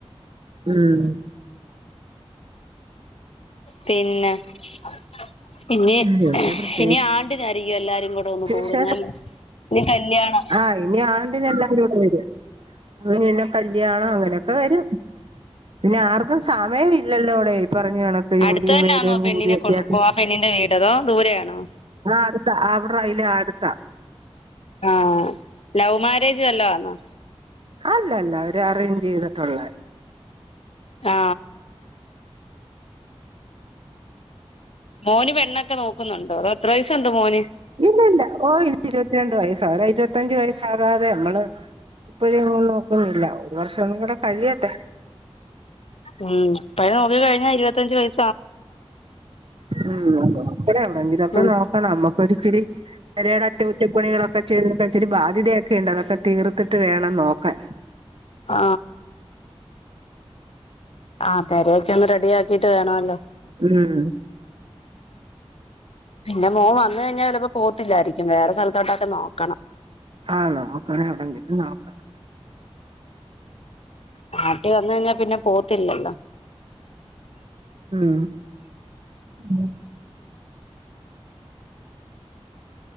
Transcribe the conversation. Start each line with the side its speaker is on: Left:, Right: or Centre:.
Right: ഉം
Left: പിന്നെ <inaudible> പിന്നെ
Right: പിന്നെ പ്രത്യേകിച്ച്
Left: ഇനി ആണ്ട് ആയിരിക്കും എല്ലാവും കൂടെ ഒന്നും കൂടുന്നല്ലേ
Right: വിശേഷം
Left: ഇനി കല്യാണം
Right: ആഹ് ഇനി ആണ്ട് എല്ലാം കൂടെ വരക അന്നെ കല്യാണം അങ്ങനെയൊക്കെ വരും പിന്നെ ആർക്കും സമയം ഇല്ലല്ലോടെ പറഞ്ഞ കണക്ക് ജോലിയും
Left: അടുത്ത തന്നൊന്നോ
Right: വേലയും
Left: പെണ്ണിനെ
Right: കൂലിയും ഒക്കെ
Left: കൊണ്ട
Right: ആയിട്ട്
Left: ആ പണ്ണിന്റെ വീടതോ ദൂരയാണോ
Right: ആ അടുത്ത അവിടെ അതിലെ അടുത്താ
Left: ആഹ ലവ് മാരേജ് വല്ലോ ആന്നോ
Right: അല്ല അല്ല അവര് അറേഞ്ച് ചെയ്തിട്ടുള്ളേ
Left: ആ മോന് പെണ്ണൊക്കെ നോക്കുന്നുണ്ടോ അതോ എത്ര വയസ്സുണ്ട് മോന്
Right: ഇല്ല ഇല്ല ഓ ഇനി ഇരുപത്തിരണ്ട് വയസ്സ അല്ലെ ഇരുപത്തിഞ്ചു വയസ്സാകാതെ നമ്മള് ഇപ്പഴൊന്നും നോക്കുന്നില്ല ഒരു വർഷംന കൂടെ കഴിയട്ടെ
Left: ഉം പഴ നോക്കി കഴിഞ്ഞ ഇരുപത്തഞ്ചച് വയ-
Right: ഉം എവിണെങ്കിലുംക്കെ
Left: ഉം
Right: നോക്കണം. നമ്മക്കൊരിച്ചിരി പെരയുടെ അറ്റകുറ്റപ്പുണികളൊക്കെ ചെയ്ത് ഇച്ചിരി ബാധ്യതയൊക്കെ ഇണ്ട് അതൊക്കെ തീർത്തിട്ട് വേണം നോക്കാൻ.
Left: ആ ആ പെരേക്കെ ഒന്ന് റെഡി ആക്കിട്ട് വേണമല്ലോ
Right: ഉം.
Left: പിന്നെ മോൻ വന്ന് കഴിഞ്ഞാ ചെ ലപ്പോ പോവത്തില്ലായിരിക്കും വേറെ സ്ഥൽത്തോട്ടൊക്കെ നോക്കണം.
Right: ആ നോക്കണ എവിടെങ്കില നോക്കണം.
Left: നാട്ടി വന്ന് കഴിഞ്ഞാ പിന്നെ പോവ ത്തില്ലല്ലോ.
Right: ഉം. ഉം.